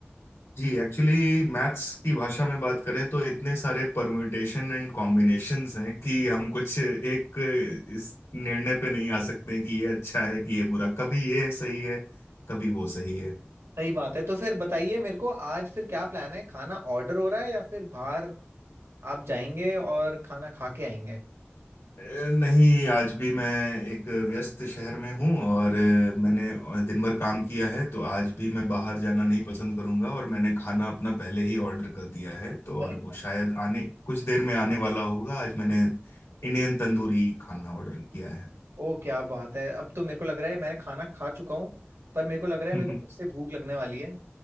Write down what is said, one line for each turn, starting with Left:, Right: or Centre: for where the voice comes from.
Left: जी एक्चुअली मैथ्स की भाषा में बात करें तो इतने सारे परम्यूटेशन एंड कॉम्बिनेशंस हैं कि हम कुछ एक इस निर्णय पे नहीं आ सकते कि ये अच्छा है कि ये बुरा कभी ये सही है कभी वो सही है
Right: सही बात है तो फिर बताइए मेरे को आज फिर क्या प्लान है खाना ऑर्डर हो रहा है या फिर बाहर आप जाएंगे और खाना खा के आएंगे
Left: अ, नहीं आज भी मैं एक व्यस्त शहर में हूँ और अ, मैंने दिन भर काम किया है तो आज भी मैं बाहर जाना नहीं पसंद करूंगा और मैंने खाना अपना पहले ही ऑर्डर कर दिया है तो
Right: अरे
Left: और वो शायद आने कुछ देर में आने वाला होगा आज मैंने इंडियन तंदूरी खाना ऑर्डर किया है
Right: ओ क्या बात है अब तो मेरे को लग रहा है मैंने खाना खा चुका हूँ पर मेरे को लग रहा है
Left: हम्म,
Right: मेरे को फिर से भूख लगने वाली है